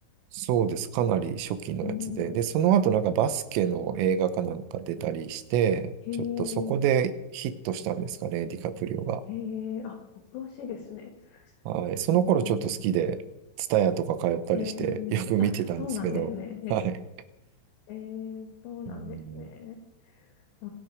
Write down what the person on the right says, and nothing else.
そうです。かなり初期のやつで。
で、その後なんかバスケの映画かなんか出たりして、
ちょっとそこでヒットしたんですかね、ディカプリオが。
はい。その頃ちょっと好きで、
ツタヤとか通ったりして、
よく見てたんですけど、
はい。
うん。